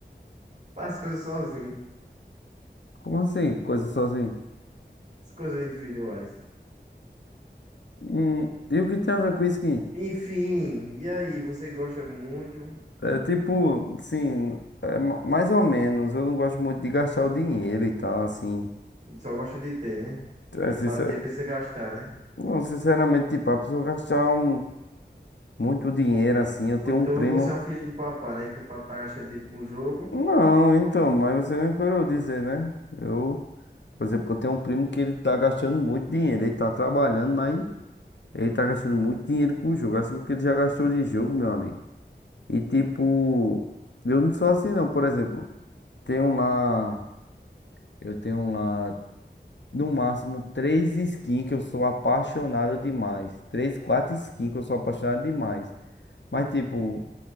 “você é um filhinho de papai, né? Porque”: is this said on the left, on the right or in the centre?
Right